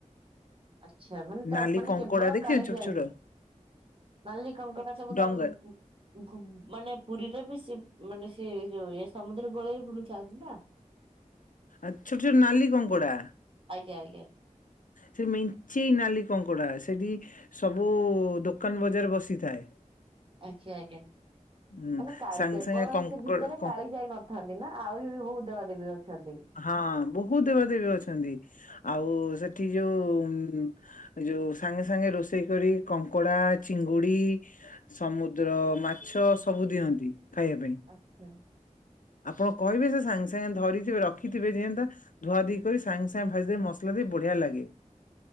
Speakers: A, on the right; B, on the left.
A: ଆଚ୍ଛା ମାନେ ତା
B: ନାଲି
A: ମାନେ
B: କଙ୍କଡା
A: କେବଳ
B: ଦେଖିଛନ୍ତି
A: କାଳିଜାଈ
B: ଛୋଟ ଛୋଟ
A: ନାଲି କଙ୍କଡ଼ା ସବୁ
B: ଡଙ୍ଗା
A: ତ ମୁଁ ମାନେ ପୁରୀରେ ବି ସେ ମାନେ ସିଏ ଯୋଉ ଇଏ ମାନେ ସମୁଦ୍ରକୂଳରେ ବି ବୁଲୁଥାନ୍ତି ନା।
B: ଆଚ୍ଛା ଯୋଉ ନାଲି କଙ୍କଡ଼ା।
A: ଆଜ୍ଞା ଆଜ୍ଞା।
B: ସେଠି ମେଞ୍ଚେଇ ନାଲି କଙ୍କଡ଼ା। ସେଠି ସବୁ ଦୋକାନ ବଜାର ବସିଥାଏ।
A: ଆଜ୍ଞା ଆଜ୍ଞା।
B: ହୁଁ
A: ମାନେ
B: ସାଙ୍ଗେ
A: କେବଳ
B: ସାଙ୍ଗେ କଙ୍କଡ
A: ସେ ଭିତରେ
B: କ
A: କାଳିଜାଈ ନଥାନ୍ତି ନା ଆହୁରି ବି ବହୁତ ଦେବା ଦେେବୀ ଅଛନ୍ତି?
B: ହଁ ବହୁତ ଦେବା ଦେେବୀ ଅଛନ୍ତି। ଆଉ ସେଠି ଯୋଉ ଯୋଉ ସାଙ୍ଗେ ସାଙ୍ଗେ ରୋଷେଇ କରି କି କଙ୍କଡ଼ା, ଚିଙ୍ଗୁଡ଼ି ସମୁଦ୍ର ମାଛ ସବୁ ଦିଅନ୍ତି ଖାଇବା ପାଇଁ।
A: ଆଚ୍ଛା।
B: ଆପଣ କହିବେ ସେ ସାଙ୍ଗେ ସାଙ୍ଗେ ଧରିଥିବେ ରଖିଥିବେ ଜୀଅନ୍ତା ଧୁଆ ଧୁଇ କରି ସାଙ୍ଗେ ସାଙ୍ଗେ ଭାଜି ଦେବେ ମସଲା ଦେଇ ବଢ଼ିଆ ଲାଗେ।